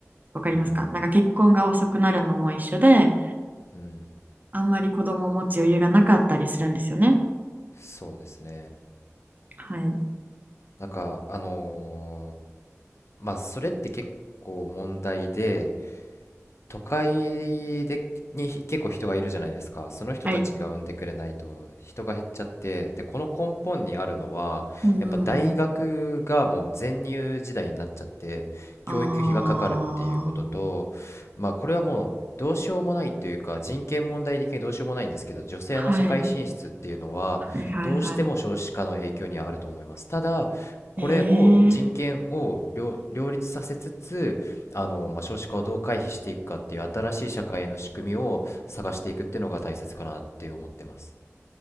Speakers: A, on the right (about 35°); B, on the left (about 60°).
A: わかりますかなんか結婚が遅くなるのも一緒で、
B: うん、うん、
A: あんまり子供を持つ余裕がなかったりするんですよね。
B: そうですね。
A: はい。
B: なんか、あのーまあ、それって結構問題で、都会でに結構人がいるじゃないですか。その人たちが産んでくれないと人が減っちゃって、
A: はい。
B: で、この根本にあるのは、
A: うんうんうん。
B: やっぱ大学がもう全入時代になっちゃって、
A: ああ。
B: 教育費がかかるっていうことと、まあこれはもうどうしようもないというか、人権問題的にどうしようもないんですけど、女性の社会進出っていうのは、
A: はい。はいはいはい。
B: どうしても少子化の影響にはあると思います。ただ、これを人権を両、
A: ええ
B: 両立させつつ、あの、まあ、少子化をどう回避していくかっていう新しい社会への仕組みを探していくっていうのが大切かなって思ってます